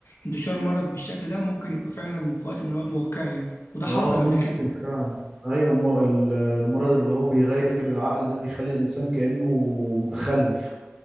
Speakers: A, on the left; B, on the right.
A: انتشار مرض بالشكل ده ممكن يبقى فعلا في وقت من الأوقات واقعي وده حصل
B: اه
A: قبل
B: ممكن
A: كده
B: فعلا ايوه م- ال- المرض اللي هو بيغيب العقل ده بيخلي الانسان كانه متخلف